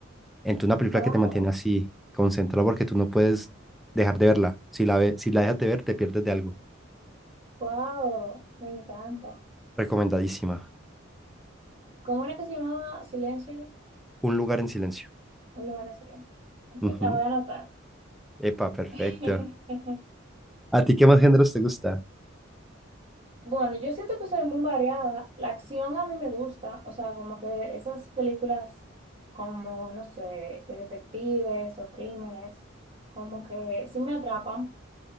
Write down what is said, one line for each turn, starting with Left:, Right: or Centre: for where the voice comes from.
Centre: Entonces una película
Right: wow,
Centre: que te mantiene así, concentrado porque tú no puedes dejar de verla. Si la ve- si la dejas de ver, te pierdes de algo.
Right: wow, me encanta.
Centre: Recomendadísima.
Right: ¿Cómo era que se llamaba Silencio?
Centre: Un lugar en silencio.
Right: Un lugar de silencio. Ok,
Centre: Ujú.
Right: la voy a anotar.
Centre: Epa, perfecto.
Right: <laughs>
Centre: ¿A ti qué más géneros te gusta?
Right: Bueno, yo siento que soy muy variada. La acción a mí me gusta, o sea, como que esas películas como, no sé, de detectives o crímenes, como que sí me atrapan.